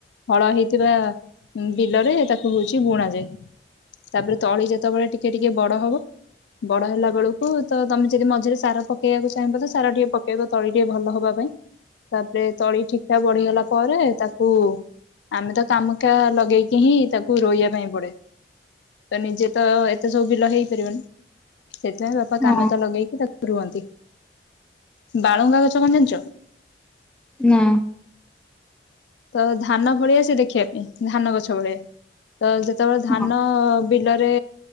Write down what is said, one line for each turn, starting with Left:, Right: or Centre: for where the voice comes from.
Left: ହଳ ହେଇଥିବା ବିଲରେ ତାକୁ ହଉଛି ବୁଣା ଯାଏ। ତାପରେ ତଳି ଯେତେ ବେଳେ ଟିକେ ଟିକେ ବଡ ହବ ବଡ ହେଲା ବେଳକୁ ତ ତମେ ଯଦି ମଝିରେ ସାର ପକେଇବାକୁ ଚାହିଁବ ତ ସାର ଟିକେ ପକେଇବ ତଳି ଟିକେ ଭଲ ହବା ପାଇଁ ତାପରେ ତଳି ଠିକ୍ ଟା ବଢିଗଲା ପରେ ତା କୁ ଆମେ ତ କାମଖା ଲଗେଇକି ହିଁ ତାକୁ ରୋଇବା ପାଇଁ ପଡେ। ତ ନିଜେ ତ ଏତେ ସବୁ ବିଲ ହେଇ ପାରିବନି। ସେଥିପାଇଁ ବାପା କାନଚା
Centre: ହଁ
Left: ଲଗେଇକି ତାକୁ ରୁଅନ୍ତି ବାଳୁଙ୍ଗା ଗଛ କଣ ଜାଣିଛ?
Centre: ନା।
Left: ତ ଧାନ ଭଳିଆ ସେ ଦେଖିବା ପାଇଁ ଧାନ ଗଛ ଭଳିଆ। ତ ଯେତେ ବେଳେ ଧାନ
Centre: ହଁ
Left: ବିଲରେ